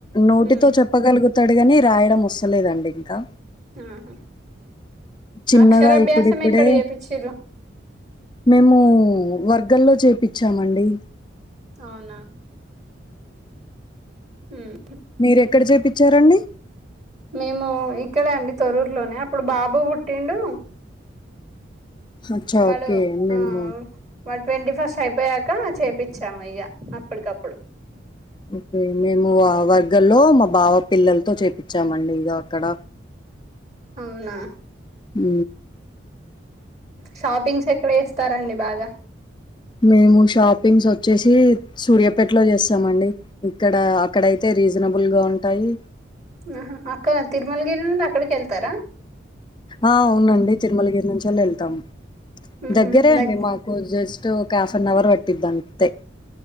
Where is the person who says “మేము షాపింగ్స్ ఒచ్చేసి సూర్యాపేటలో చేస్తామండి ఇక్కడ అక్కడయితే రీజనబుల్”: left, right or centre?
Left